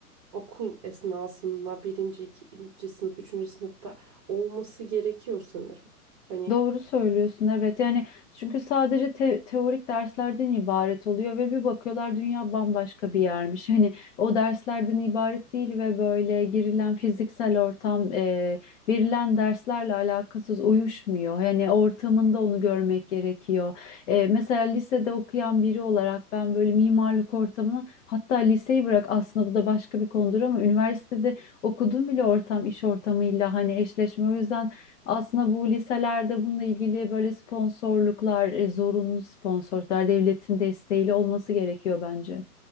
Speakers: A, on the right; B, on the left.
A: okul esnasında birinci, ikinci sınıf, üçüncü sınıfta olması gerekiyor sanırım. Hani
B: Doğru söylüyorsun evet yani çünkü sadece te- teorik derslerden ibaret oluyor ve bir bakıyorlar dünya bambaşka bir yermiş. <laughs> Hani o derslerden ibaret değil ve böyle girilen fiziksel ortam eee, verilen derslerle alakasız uyuşmuyor. Yani ortamında onu görmek gerekiyor. Eee, mesela lisede okuyan biri olarak ben böyle mimarlık ortamını hatta liseyi bırak aslında bu da başka bir konudur ama üniversitede okudum bile ortam iş ortamıyla hani eşleşme o yüzden aslında bu liselerde bununla ilgili böyle sponsorluklar, e, zorunlu sponsorluklar devletin desteğiyle olması gerekiyor bence.